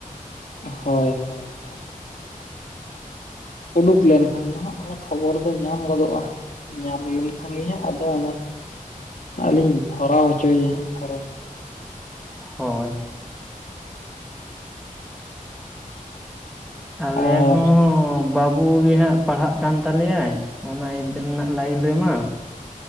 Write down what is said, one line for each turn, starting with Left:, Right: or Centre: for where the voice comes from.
Left: ᱦᱳᱭ ᱦᱳᱭ ᱦᱳᱭ ᱩᱰᱩᱠ ᱞᱮᱱᱠᱷᱟᱱ ᱫᱚ ᱦᱟᱸᱜ ᱚᱱᱟ ᱠᱷᱚᱵᱚᱨ ᱫᱚ ᱧᱟᱢ ᱜᱚᱫᱚᱜᱼᱟ ᱧᱟᱢ ᱞᱮᱱᱠᱷᱟᱱ ᱜᱮ ᱦᱟᱸᱜ ᱟᱫᱚ ᱚᱱᱟ ᱠᱚ ᱟᱹᱞᱤᱧ ᱵᱷᱚᱨᱟᱣ ᱦᱚᱪᱚᱭᱮᱭᱟ ᱦᱟᱸᱜ ᱯᱷᱚᱨᱚᱢ
Centre: ᱦᱳᱭ ᱟᱞᱮ
Left: ᱟᱨ
Centre: ᱦᱚᱸ ᱵᱟᱹᱵᱩ ᱜᱮ ᱦᱟᱸᱜ ᱯᱟᱲᱦᱟᱜ ᱠᱟᱱ ᱛᱟᱞᱮᱭᱟᱭ ᱚᱱᱟ ᱨᱮᱱᱟᱜ ᱞᱟᱹᱭᱤᱱ ᱨᱮᱢᱟ